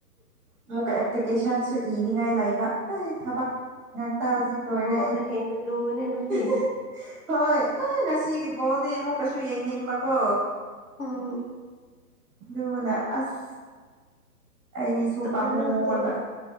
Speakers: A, on the right; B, on the left.
A: ꯑꯃꯨꯛꯀ ꯑꯦꯄꯂꯤꯀꯦꯁꯟꯁꯨ ꯏꯅꯤꯉꯥꯏ ꯂꯥꯏꯕ ꯑꯩ ꯊꯕꯛ ꯉꯥꯛꯇ ꯍꯧꯖꯤꯛ ꯂꯣꯏꯔꯦ
B: ꯕꯣꯜꯅ
A: ꯑꯩꯒꯤ
B: ꯍꯦꯟꯅ ꯂꯨꯏꯅꯦ ꯑꯗꯨꯗꯤ
A: <unintelligible> ꯍꯣꯏ ꯑ ꯉꯁꯤꯒꯤ ꯕꯣꯜꯗꯤ ꯑꯃꯨꯛ ꯑꯩꯁꯨ ꯌꯦꯡꯅꯤꯡꯕꯀꯣ
B: ꯎꯝ
A: ꯑꯗꯨꯅ ꯑꯁ ꯑꯩꯁꯨ
B: ꯇꯨꯝꯃꯅꯨ
A: ꯄꯥꯝꯃꯨ
B: ꯑꯗꯨꯗꯤ
A: ꯑꯣꯏꯕ